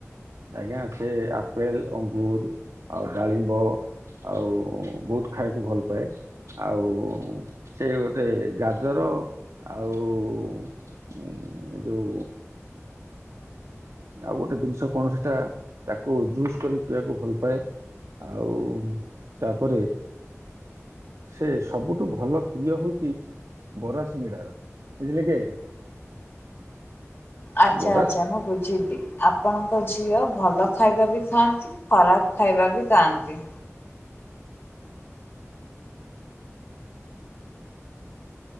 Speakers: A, on the right; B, on the left.
A: ଆଜ୍ଞା ସେ ଆପେଲ୍ ଅଙ୍ଗୁର୍ ଆଉ ଡାଳିମ୍ବ। ଆଉ ବହୁତ୍ ଖାଇବାକୁ ଭଲ ପାଏ। ଆଉ ସେ ଗୋଟିଏ ଗାଜର ଆଉ। ଉଁ ଯୋଉ ଆଉ ଗୋଟିଏ ଜିନିଷ। କଣ ସେଟା ତାକୁ ଜୁସ୍ କରି ପିଇବାକୁ ଭଲ ପାଏ। ଆଉ ତା ପରେ। ସେ ସବୁଠୁ ଭଲ ପ୍ରିୟ ହଉଚି। ବରା ସିଙ୍ଗିଡ଼ା। ବୁଝିଲେ କି ଆଜ୍ଞା।
B: ଆଚ୍ଛା
A: ବରା
B: ଆଚ୍ଛା ମୁଁ ବୁଝିଲି। ଆପଣଙ୍କ ଝିଅ ଭଲ ଖାଇବା ବି ଖାଆନ୍ତି ଖରାପ ଖାଇବା ବି ଖାଆନ୍ତି।